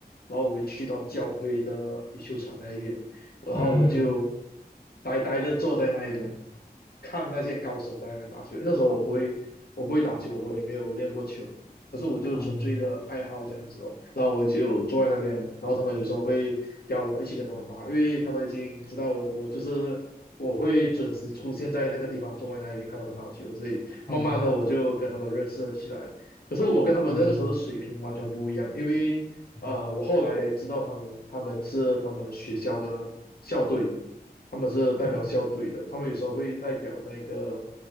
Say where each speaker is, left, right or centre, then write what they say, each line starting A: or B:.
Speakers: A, on the left; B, on the left.
A: 然后我会去到教会的羽球场那一边，然后我就
B: 嗯
A: 呆呆的坐在那一边，看那些高手在那边打球。那时候我不会，我不会打球，我也没有练过球，可是我就纯粹的爱好这样子哦，
B: 哦
A: 然后我就坐在那边，然后他们有时候会邀我一起跟他们打，因为他们已经知道我我就是我会准时出现在那个地方，坐在那边看他们打球，所以慢慢的我就跟他们认识了起来。
B: 哦
A: 可是我跟他们那个时候的水平完全不一样，
B: 哦
A: 因为呃，
B: 嗯
A: 我后来知道他们他们是他们学校的校队，他们是代表校队的，
B: 嗯。
A: 他们有时候会代表那个